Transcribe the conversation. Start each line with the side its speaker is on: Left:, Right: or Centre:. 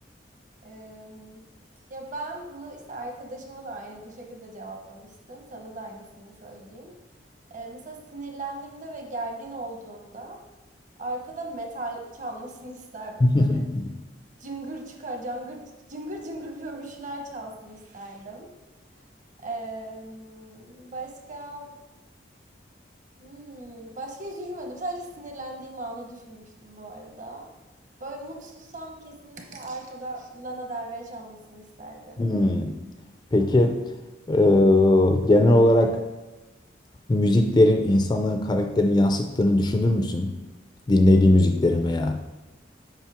Right: Em, ya ben bunu işte arkadaşıma da aynı bu şekilde cevaplamıştım. Sana da aynısını söyleyeyim. E, mesela sinirlendiğimde ve gergin olduğumda Arkada metal çalmasını isterdim
Left: <laughs>
Right: böyle. Cıngır çıkar, cangır, cıngır cıngır bir şöyle bir şeyler çalsın isterdim. Ee, başka hmm, başka hiç düşünmedim. Sadece sinirlendiğim anı düşünmüştüm bu arada. Böyle mutsuzsam kesinlikle arkada Lana Del Rey çalmasını isterdim.
Left: Hmm. Peki e, genel olarak müziklerin insanların karakterini yansıttığını düşünür müsün? Dinlediği müziklerin veya.